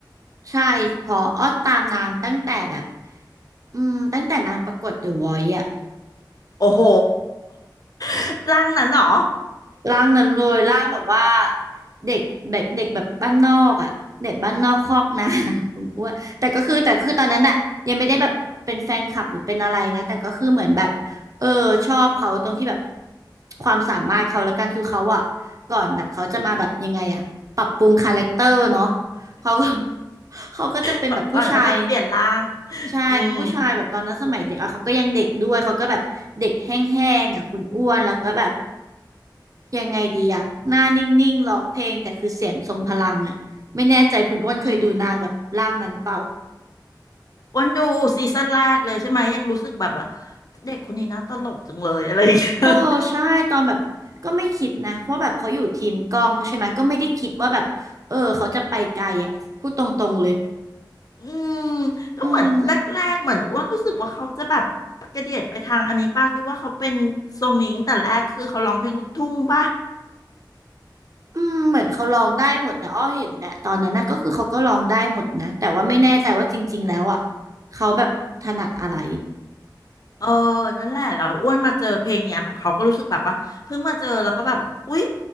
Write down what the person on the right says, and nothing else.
ใช่เพออ้อตามนางตั้งแต่แบบอืมตั้งแต่นางประกวดเดอะวอยซ์อะ
ร่างนั้นเลยร่างแบบว่าเด็กเด็กเด็กแบบบ้านนอกอะเด็กบ้านนอกคอกนา <laughs> คุณอ้วนแต่ก็คือแต่คือตอนนั้นอะยังไม่ได้แบบเป็นแฟนคลับหรือเป็นอะไรนะแต่ก็คือเหมือนแบบเออชอบเขาตรงที่แบบความสามารถเขาละกันคือเขาอะก่อนแบบเขาจะมาแบบยังไงอะปรับปรุงคาแรคเตอร์เนาะเขาก็ <laughs> เขาก็จะเป็นแบบผู้ชาย
ใช่ผู้ชายแบบตอนนั้นสมัยเด็กอ่ะเขาก็ยังเด็กด้วยเขาก็แบบเด็กแห้งๆอ่ะคุณอ้วนแล้วก็แบบ
ยังไงดีอ่ะหน้านิ่งๆร้องเพลงแต่คือเสียงทรงพลังอ่ะไม่แน่ใจคุณอ้วนเคยดูนางแบบร่างนั้นเปล่า
เออใช่ตอนแบบก็ไม่คิดนะว่าแบบเขาอยู่ทีมกล้องใช่ไหมก็ไม่ได้คิดว่าแบบเออเขาจะไปไกลอ่ะพูดตรงๆเลย
อืม
อืมเหมือนเขาร้องได้หมดนะอ้อเห็นนะตอนนั้นนะก็คือเขาก็ร้องได้หมดนะแต่ว่าไม่แน่ใจว่าจริงๆแล้วอ่ะเขาแบบถนัดอะไร